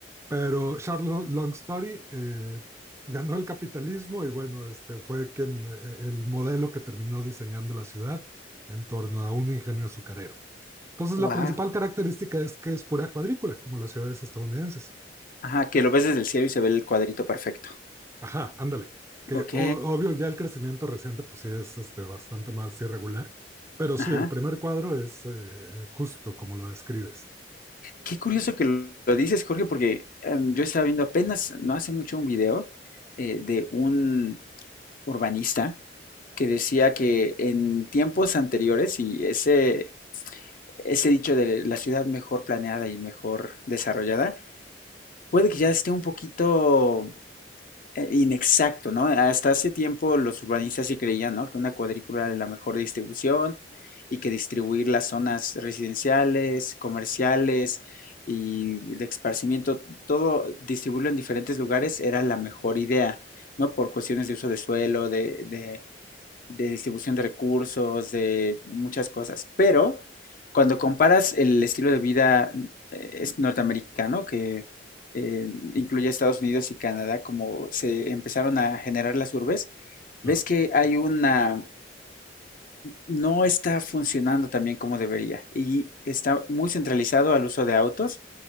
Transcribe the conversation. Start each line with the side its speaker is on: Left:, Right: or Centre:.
Right: Pero Charles Long Story eh, ganó el capitalismo y bueno, este fue quien, eh, el modelo que terminó diseñando la ciudad en torno a un ingenio azucarero. Entonces,
Left: Wow.
Right: la principal característica es que es pura cuadrícula, como las ciudades estadounidenses.
Left: Ajá, que lo ves desde el cielo y se ve el cuadrito perfecto.
Right: Ajá, ándale. Que
Left: Ok.
Right: o- obvio, ya el crecimiento reciente, pues sí es este, bastante más irregular, pero sí,
Left: Ajá.
Right: el primer cuadro es eh, justo como lo describes,
Left: Qué curioso que lo lo dices, Jorge, porque em, yo estaba viendo apenas, no hace mucho, un video eh, de un urbanista que decía que en tiempos anteriores, y ese, ese dicho de la ciudad mejor planeada y mejor desarrollada, puede que ya esté un poquito eh, Inexacto, ¿no? Hasta hace tiempo los urbanistas sí creían, ¿no? Que una cuadrícula era la mejor distribución y que distribuir las zonas residenciales, comerciales y de esparcimiento, todo distribuirlo en diferentes lugares era la mejor idea, ¿no? Por cuestiones de uso de suelo, de, de de distribución de recursos, de muchas cosas. Pero cuando comparas el estilo de vida eh, es norteamericano, que eh, incluye Estados Unidos y Canadá, como se empezaron a generar las urbes,
Right: claro.
Left: ves que hay una... no está funcionando también como debería y está muy centralizado al uso de autos,